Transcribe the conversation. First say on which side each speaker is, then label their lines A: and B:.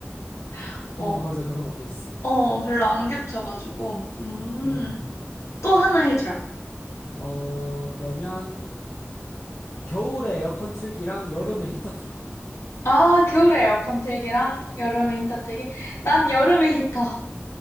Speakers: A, on the left (about 85°); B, on the left (about 60°).
A: <laughs> 뭐,
B: 음, 맞아. 그런 것도 있어.
A: 어, 별로 안 겹쳐가지고. 음,
B: 음, 음.
A: 또 하나 해주라.
B: 어, 그러면 겨울에 에어컨 틀기랑 여름에 히터 틀기.
A: 아, 겨울에 에어컨 틀기랑 여름에 히터 틀기. 난 여름에 히터.